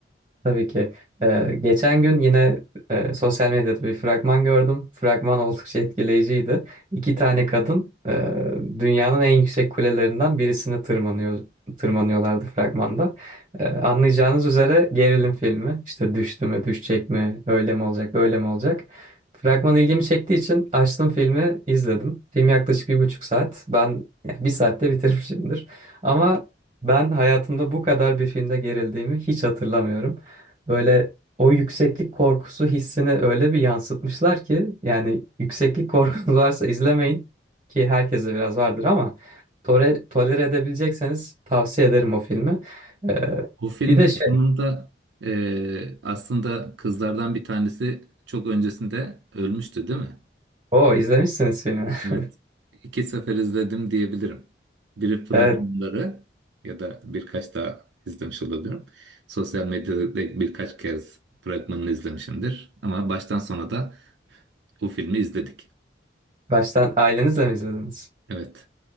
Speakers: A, on the right (about 30°); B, on the right (about 80°).
A: Tabii ki. Ee, geçen gün yine e, sosyal medyada bir fragman gördüm. Fragman oldukça etkileyiciydi. İki tane kadın e, dünyanın en yüksek kulelerinden birisini tırmanıyor, tırmanıyorlardı fragmanda. E, anlayacağınız üzere gerilim filmi. İşte düştü mü, düşecek mi, öyle mi olacak, böyle mi olacak? Fragman ilgimi çektiği için açtım filmi, izledim. Film yaklaşık bir buçuk saat. Ben ya, bir saatte bitirmişimdir. Ama ben hayatımda bu kadar bir filmde gerildiğimi hiç hatırlamıyorum. Böyle o yükseklik korkusu hissini öyle bir yansıtmışlar ki yani yükseklik korkunuz <laughs> varsa izlemeyin ki herkese biraz vardır ama tore, tolere edebilecekseniz tavsiye ederim o filmi. Ee,
B: O filmin
A: bir de şey,
B: sonunda e, aslında kızlardan bir tanesi çok öncesinde ölmüştü, değil mi?
A: o izlemişsiniz filmi.
B: Evet.
A: <laughs>
B: İki sefer izledim diyebilirim. Biri fragmanları
A: Evet,
B: ya da birkaç daha izlemiş olabilirim. Sosyal medyada birkaç kez fragmanını izlemişimdir. Ama baştan sona da o filmi izledik.
A: baştan ailenizle mi izlediniz?
B: Evet,